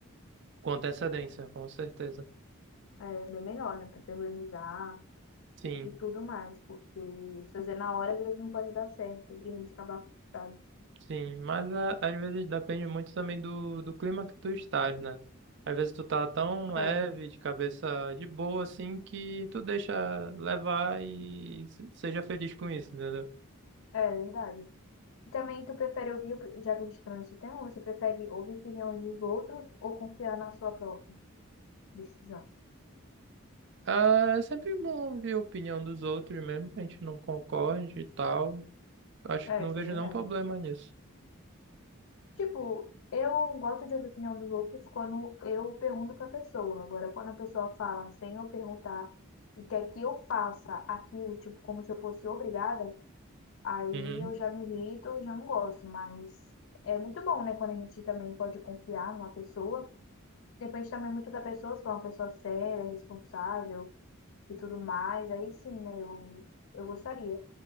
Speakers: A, on the right; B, on the left.
A: Com antecedência, com certeza.
B: É é bem melhor, né? Pra se organizar.
A: Sim,
B: e tudo mais, porque se fazer na hora às vezes não pode dar certo e a gente acabar frustrado.
A: sim. Mas a- às vezes depende muito também do, do clima que tu estás, né? Às vezes tu tá tão leve,
B: É,
A: de cabeça de boa, assim, que tu deixa levar e se- seja feliz com isso, entendeu?
B: é verdade. E também tu prefere ouvir, op- já que a gente trouxe esse tema, você prefere ouvir opiniões dos outros ou confiar na sua própria decisão?
A: Ah, é sempre bom ouvir a opinião dos outros mesmo, que a gente não concorde e tal. Acho
B: É,
A: que não
B: isso
A: vejo
B: é verdade.
A: nenhum problema nisso.
B: Tipo, eu gosto de ouvir a opinião dos outros quando eu pergunto pra pessoa. Agora, quando a pessoa fala sem eu perguntar o que é que eu faça aquilo, tipo, como se eu fosse obrigada, Aí
A: Uhum,
B: eu já me irrito, eu já não gosto, mas é muito bom, né? Quando a gente também pode confiar numa pessoa. Depende também muito da pessoa, se for uma pessoa séria, responsável e tudo mais. Aí sim, né? Eu, eu gostaria.